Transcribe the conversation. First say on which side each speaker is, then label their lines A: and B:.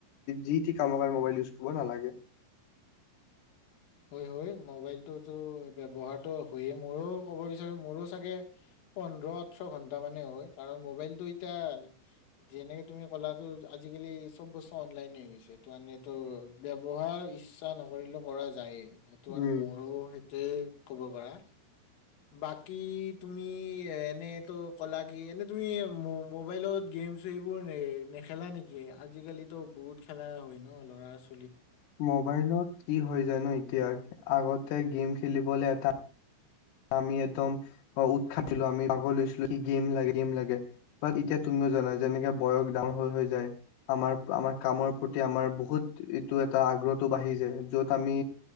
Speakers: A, on the left; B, on the left.
A: যি টি কামৰ কাৰনে মবাইল ইউজ কৰিব নালাগে
B: হয় হয় মোবাইলটোতো ব্যৱহাৰটো হয়য়ে মোৰো ক'ব বিচাৰো মোৰো চাগে পোন্ধৰ ওঠৰ ঘন্টা মানে হয়, কাৰণ মোবাইলটো এতিয়া যেনেকে তুমি ক'লাটো আজিকালি চব বস্তু অনলাইনে হৈ গৈছে, তানেটো ব্যয়ৱহাৰ ইচ্ছা নকৰিলে কৰাযা- যায়েই। সেইটো মানে
A: উম
B: মোৰো- ত ক'ব পাৰা, বাকী তুমি এনেইটো ক'লা কি এনে তুমি মোবাইলত গেম চ সেইবোৰ নেখেলা নেকি? আজিকালিতো বহুত খেলা হয় ন ল'ৰা ছ
A: মোবাইলত কি হৈ জানোঁ এতিয়া? আগতে গেম খেলিবলে এটা আমি একদম অ', উৎসা <unintelligible> আমি আগ লৈছিলো গেম লাগে গেম লাগে বাত এতিয়া তুমিও জানা যেনেকে বয়স ডাঙৰ হৈ হৈ যায় আমাৰ, আমাৰ কামৰ প্ৰতি আমাৰ বহুত এইটো এটা আগ্ৰহটো বাঢ়ি যায়। য'ত আমি